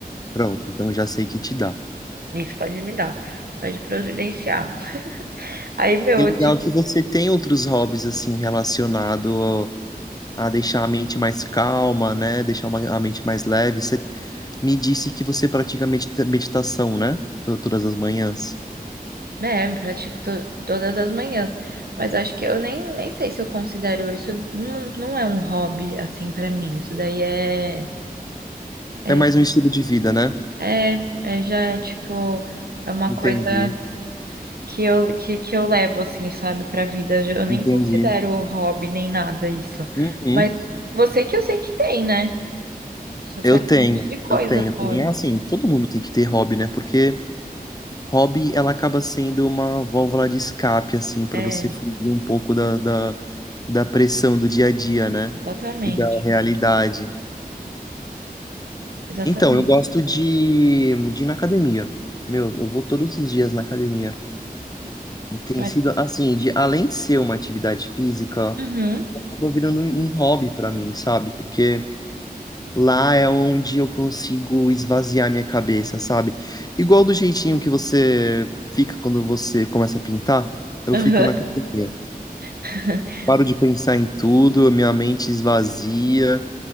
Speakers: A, on the left; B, on the right.
A: Pronto, então já sei que te dá.
B: Isso pode me dar, pode providenciar. Aí, meu,
A: E legal
B: eu
A: que você tem outros hobbies, assim, relacionado ao- a deixar a mente mais calma, né? Deixar uma- a mente mais leve. Você me disse que você pratica medita- meditação, né? To- Todas as manhãs.
B: É, eu pratico to- todas as manhãs, mas acho que eu nem, nem sei se eu considero isso, não, não é um hobby assim pra mim, isso daí é, é,
A: É mais um estilo de vida, né?
B: é, é já é, tipo, é uma
A: Entendi,
B: coisa que eu, que, que eu levo assim, sabe, pra vida, eu nem
A: entendi.
B: considero hobby nem nada isso,
A: Uhum.
B: mas você que eu sei que tem, né? Você faz
A: Eu tenho,
B: um monte de coisa
A: eu tenho também.
B: fora.
A: É assim, todo mundo tem que ter hobby, né? Porque Hobby, ela acaba sendo uma válvula de escape, assim, para
B: É,
A: você fugir um pouco da, da, da pressão do dia a dia, né?
B: exatamente,
A: E da realidade.
B: exatamente.
A: Então, eu gosto de, de ir na academia. Meu, eu vou todos os dias na academia. E tem
B: Mas,
A: sido, assim, de, além de ser uma atividade física,
B: uhum,
A: acabou virando um um hobby para mim, sabe? Porque Lá é onde eu consigo esvaziar minha cabeça, sabe? Igual do jeitinho que você fica quando você começa a pintar, eu
B: uhum.
A: fico na academia.
B: <laughs>
A: Paro de pensar em tudo, minha mente esvazia,